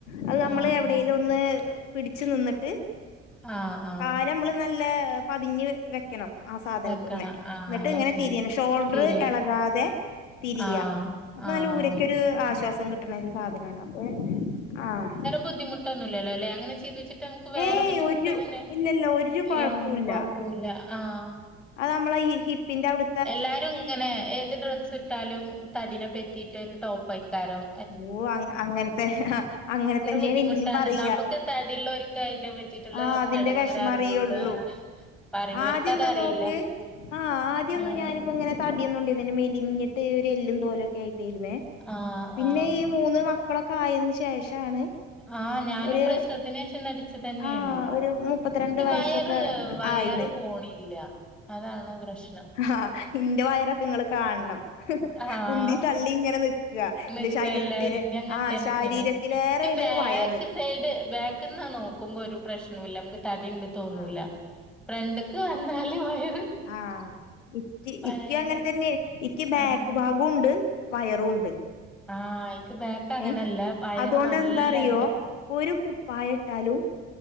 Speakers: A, on the left (about 85°); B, in the centre.
A: അത് നമ്മള്
B: ആഹ്
A: എവിടെലും
B: ആഹ്
A: ഒന്ന് പിടിച്ച് നിന്നിട്ട്
B: ആഹ് ആഹ്
A: കാലമ്മള് നല്ല പതിഞ്ഞ് വെക്കണം ആ സാധനത്ത്മേ
B: വെക്കണം ആഹ്
A: എന്നിട്ട്
B: അത്
A: ഇങ്ങനെ
B: ശരി
A: തിരിയണം ഷോൾഡർ
B: തിരിയ
A: എളകാതെ തിരിയാ
B: ആഹ്
A: അപ്പോ
B: ആഹ്
A: നല്ല ഊരക്കൊരു
B: അങ്ങനെ
A: ആശ്വാസം കിട്ടണ ഒരു സാധനണ് അപ്പോ ആഹ്
B: ബുദ്ധിമുട്ടോന്നുല്ലല്ലോലേ അങ്ങനെ ചെയ് തിട്ട് നമുക്ക് വേറെ
A: ഏയ്
B: ബുദ്ധിമുട്ട്
A: ഒരു
B: തന്നെ
A: ഇല്ലല്ല ഒരു
B: <unintelligible>
A: കൊഴപ്പുല്ല
B: കൊഴപ്പുലാ ആഹ്
A: അത് നമ്മളെ ഈ ഹിപ്പിന്റെ അവട്
B: എല്ലാരും ഇങ്ങനെ ഏത് ഡ്രസ്സ് ഇട്ടാലും തടിനെ പറ്റിട്ട് ഒരു ടോപ്പയ്ക്കാരം
A: ഓഹ്‌ അങ്ങൻ അങ്ങനത്തെ അങ്ങനെ
B: ഭയങ്കര
A: തന്നെയാണ്
B: ബുദ്ധിമുട്ടാണ്.
A: ഇന്നിം പറയാ
B: നമുക്ക് തടിള്ളോര്ക്ക് അയിനെ പറ്റിയിട്ടുള്ള
A: ആഹ് അതിന്റെ
B: എടങ്ങേറ്
A: വെഷമം
B: അറിയുള്ളൂ.
A: അറിയൊള്ളു
B: അങ്ങനെ പറയണോര്ക്ക്
A: ആദ്യൊന്നു
B: അതറിയില്ല.
A: നോക്ക് ആഹ്‌ ആദ്യോന്നു
B: ഉം
A: ഞാനിപ്പോ അങ്ങനെ തടി ഒന്നും ഇണ്ടായിരുന്നില്ല മെലിഞ്ഞിട്ട് ഒരു എല്ലും തോലും ഒക്കെ ആയിട്ടായിരുന്നേ
B: ആഹ്
A: പിന്നെ
B: ആഹ്
A: ഈ മൂന്ന് മക്കളൊക്കെ ആയതിന് ശേഷാണ്
B: ആഹ് ഞാനും
A: ഒരു
B: പ്രസവത്തിനേഷം തടിച്ച് ട്ടന്നെയാണ്
A: ആ ഒരു മുപ്പത്തിരണ്ട്
B: വയറ്
A: വയസ്സൊക്കെ
B: വയറ്
A: ആയിന്
B: പോണില്ല. അതാണ് പ്രശ്നം
A: ആഹ് ഇന്റെ വയറൊക്കെ ഇങ്ങള് കാണണം
B: ആഹ്
A: ഉന്തി തള്ളി ഇങ്ങനെ നി ക്കാ
B: നിക്ക
A: ഇന്റെ ശരീരത്തിന്
B: എല്ലാരിന്റേം അങ്ങനെ
A: ആഹ്
B: തന്നേണ്.
A: ശാരീരത്തിലേറേണ്
B: ഇത് ബാക്ക്
A: വയറ്
B: സൈഡ് ബാക്ക്ന്ന് നോക്കുമ്പോ ഒരു പ്രശ്നോല്ല നമ്മക്ക് തടിണ്ട് തോന്നൂല്ല
A: ആഹ്
B: ഫ്രണ്ട്‌ക്ക് വന്നാല് വയ
A: ആഹ്‌ ഇയ്ക്ക്
B: വയറ്
A: ഇയ്ക്ക് അങ്ങനെ തന്നെ ഇയ്ക്ക് ബാക്ക്
B: ആഹ്
A: ഭാഗോണ്ട് വയറൂവോണ്ട്
B: ആഹ് ഇക്ക് ബാക്ക് അങ്ങനല്ല
A: ഏഹ്‌
B: വയറ്
A: അതോണ്ട്
B: നല്ലണ്ട്
A: എന്താറിയോ ഒരു കു പായട്ടാലും